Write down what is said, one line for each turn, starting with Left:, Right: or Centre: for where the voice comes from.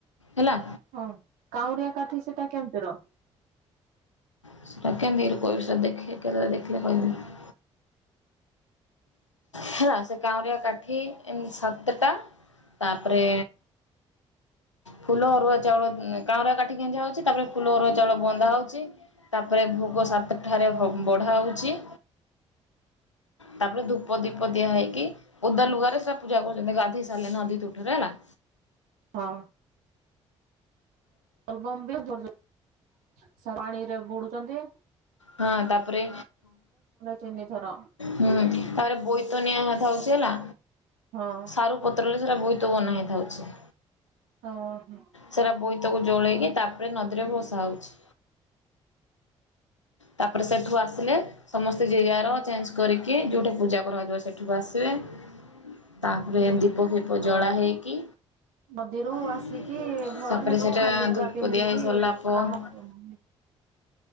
Left: ହେଲା।
Right: ହଁ- କାଉଁରିଆ କାଠି ସେଟା କେମିତିର?
Left: <unintelligible> ହେଲା ସେ କାଉଁରିଆ କାଠି ଏଁ- ସାତଟା ତାପରେ ଫୁଲ ଅରୁଆ ଚାଉଳ ଉଁ- କାଁଉରିଆ କାଠି ଗେଞ୍ଜା ହଉଚି ତାପରେ ଫୁଲ ଅରୁଆ ଚାଉଳ ବନ୍ଦା ହଉଚି ତାପରେ ଭୋଗ ସାତ୍ ଠାରେ ବଢା ହଉଚି। ତାପରେ ଧୂପ ଦୀପ ଦିଆ ହେଇକି ଓଦା ଲୁଗାରେ ସେ ପୂଜା କରୁଚନ୍ତି ଗାଧେଇ ସାରିଲେ ନଦୀ ତୁଠରେ ହେଲା।
Right: ହଁ। ବୋଲବମ୍ ବି କରୁଚନ୍ତି <unintelligible> ପାଣିରେ ବୁଡୁଚନ୍ତି
Left: ହଁ-ତାପରେ
Right: ତିନି ଥର
Left: ହୁଁ-ତାପରେ ବୋଇତ ନିଆଁ ହାତ ହଉଚି ହେଲା।
Right: ହଁ।
Left: ସାରୁ ପତ୍ରରେ ସେଟା ବୋଇତ ବନା ହେଇଥାଉଚି।
Right: ଓ ହୋ।
Left: ସେଟା ବୋଇତକୁ ଜଳେଇକି ତାପରେ ନଦୀରେ ଭସା ହଉଚି। ତାପରେ ସେଠୁ ଆସିଲେ ସମସ୍ତେ ଜିଏ ଜାର ଚେଞ୍ଜ୍ କରିକି ଯଉଠେ ପୂଜା କରାଯିବ ସେଠିକୁ ଆସିବେ‌ ତାପରେ ଦୀପ ଫିପ ଜଳା
Right: ଓହୋ
Left: ହେଇକି
Right: ନଦୀରୁ
Left: ତାପରେ
Right: ଆସିକି ମାନେ ସୁଖା
Left: ସେଟା
Right: ଲୁଗା
Left: ଧୂପ
Right: ପିନ୍ଧିକି
Left: ଦିଆ ହେଇ ସରିଲା ପରେ
Right: କାମ ଓହୋ